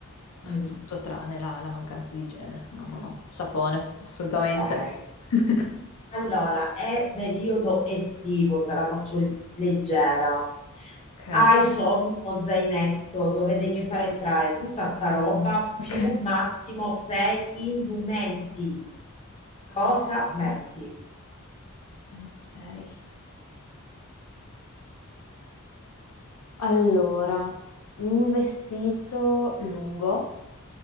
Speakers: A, on the left (about 25°); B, on the left (about 85°).
A: Mm,
B: tutto tranne la, la mancanza di igiene. No, no, no, sapone, assolutamente.
A: Ok.
B: <laughs>
A: Allora, è periodo estivo, te la faccio leggera.
B: Ok,
A: Hai solo uno zainetto dove devi fare entrare tutta sta roba più
B: ok,
A: massimo sei indumenti.
B: ok,
A: Cosa metti?
B: Ultimo sei. Allora, un vestito lungo,